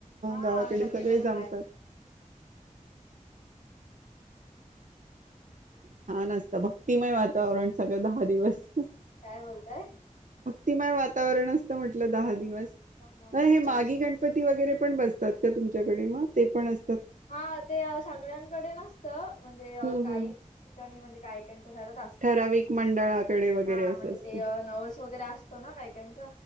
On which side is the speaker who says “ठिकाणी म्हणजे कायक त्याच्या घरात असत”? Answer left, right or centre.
Left